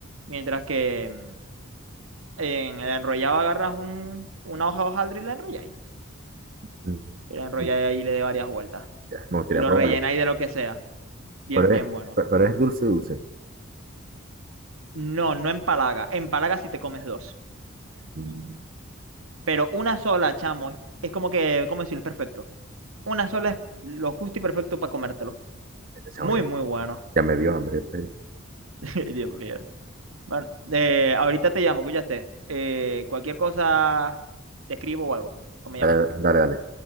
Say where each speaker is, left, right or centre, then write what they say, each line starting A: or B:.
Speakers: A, on the right; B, on the right.
A: mientras que mm, En el enrollado agarras un, una hoja de hojaldre y la enrolláis.
B: Ujú.
A: Y la enrolláis ahí y le de varias vueltas.
B: Ya, me gustaría
A: Y lo
B: probarlo.
A: rellenáis de lo que sea. Bien,
B: Pero
A: bien
B: es,
A: bueno.
B: pero pero es dulce, dulce.
A: No, no empalaga. Empalaga si te comes dos.
B: Mm,
A: Pero una sola, chamo, es, es como que, ¿cómo decirlo? Es perfecto. Una sola es lo justo y perfecto para comértelo.
B: chamo,
A: Muy,
B: ya,
A: muy bueno.
B: ya me dio hambre. pues.
A: <laughs> Dios mío. Bueno, eh, ahorita te llamo, escuchaste. Eh, cualquier cosa, te escribo o algo. O me
B: Dale,
A: llamáis.
B: dale, dale.